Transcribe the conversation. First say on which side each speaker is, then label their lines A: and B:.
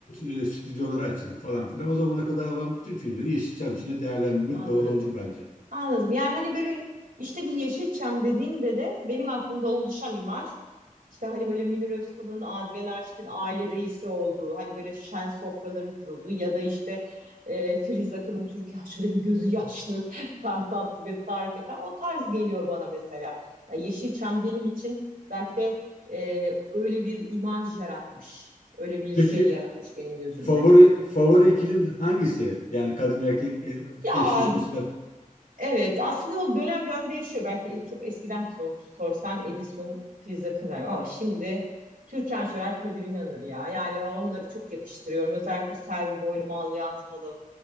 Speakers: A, on the left; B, on the right.
A: e, stüdyoları açıldı falan filan. O zamana kadar olan bütün filmleri Yeşilçam içinde değerlendirmek
B: Anladım.
A: doğru olur bence.
B: Anladım. Yani hani böyle işte bir Yeşilçam dediğinde de benim aklımda oluşan imaj işte hani böyle Münir Özkul'un, Adile Naşit'in aile reisi olduğu, hani böyle şen sofraların kurulduğu ya da işte e, Filiz Akın'ın Türkan Şoray'ın gözü yaşlı, <laughs> Kartal Tibet, Tarık Akan o tarz geliyor bana mesela. Ya Yeşilçam benim için belki de e, öyle bir imaj yaratmış, öyle bir
A: Peki
B: şey yaratmış benim gözümde.
A: favori favori ikilin hangisi? Yani kadın erkek e,
B: Ya
A: eşleşmesiyle.
B: evet aslında o dönem dönem değişiyor. Belki çok eskiden sor- sorsan Edison, Filiz Akınar ama şimdi Türkan Şoray, Kadir İnanır ya. Yani onları çok yakıştırıyorum. Özellikle Selvi Boylu, Mal Yazmalım,